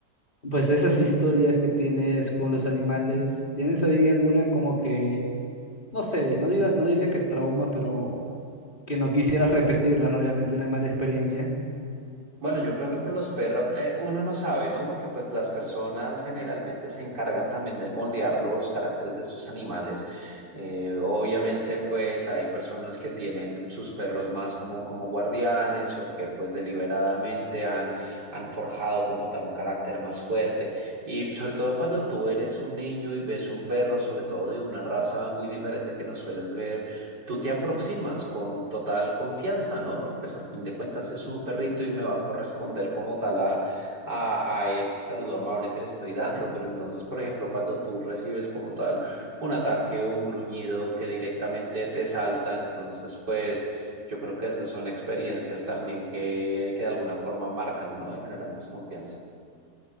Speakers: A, on the left; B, on the right.
A: pues esas historias que tienes con los animales, ¿tienes ahí alguna como que, no sé, no diga, no diría que trauma, pero que no quisieras repetirla, ¿no? Obviamente una mala experiencia.
B: Bueno, yo creo que con los perros, eh, uno no sabe, ¿no? Porque pues las personas generalmente se encargan también del moldear los caracteres de sus animales. Eh, obviamente pues hay personas que tienen sus perros más como, como guardianes o que pues deliberadamente han, han forjado como tal un carácter más fuerte. Y sobre todo cuando tú eres un niño y ves un perro, sobre todo de una raza muy diferente que no sueles ver tú te aproximas con total confianza, ¿no? Porque pues a fin de cuentas es un perrito y me va a corresponder como tal a, a, a ese saludo amable que le estoy dando. Pero entonces, por ejemplo, cuando tú recibes como tal un ataque o un gruñido que directamente te salta, entonces pues yo creo que esas son experiencias también que, que de alguna forma marcan, ¿no? Y generan desconfianza.